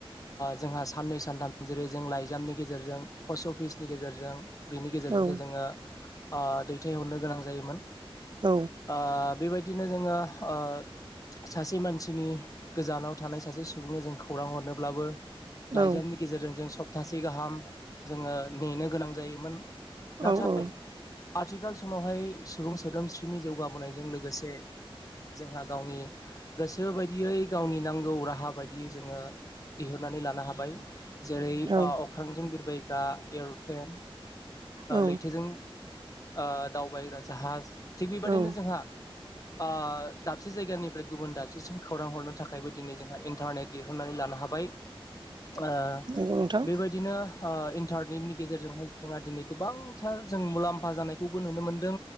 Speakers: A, on the left; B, on the right.
A: जोंहा साननै सानथाम जेरै जों लाइजामनि गेजेरजों पस्ट अफिसनि गेजेरजों बिनि गेजेरजोंसो
B: औ
A: जोङो ओ दैथायहरनो गोनां जायोमोन
B: औ
A: ओ बेबायदिनो जोङो ओ सासे मानसिनि गोजानाव थानाय सासे सुबुंनो जों खौरां हरनोब्लाबो
B: औ
A: लाइजामनि गेजेरजों जों सप्तासे गाहाम जोङो नेनो गोनां जायोमोन नाथाय
B: औ-औ
A: आथिखाल समावहाय सुबुं सोदोमस्रिनि जौगाबोनायजों लोगोसे जोंहा गावनि गोसो बायदियै गावनि नांगौ राहा बायदियै जोङो दिहुननानै लानो हाबाय जेरै ओ
B: औ
A: अख्रांजों बिरबायग्रा एर'प्लेन
B: औ
A: लैथोजों ओ दावबायग्रा जाहाज थिग
B: औ
A: बेबादिनो जोंहा ओ दाबसे जायगानिफ्राय गुबुन दाबसेसिम खौरां हरनो थाखायबो दिनै जोंहा इन्टारनेट दिहुनन्नानै लानो हाबाय ओ
B: नंगौ नोंथां
A: बेबायदिनो ओ इन्टारनेटनि गेजेरजोंहाय जोंहा दिनै गोबांथार जों मुला म्फा जानायखौबो नुनो मोनदों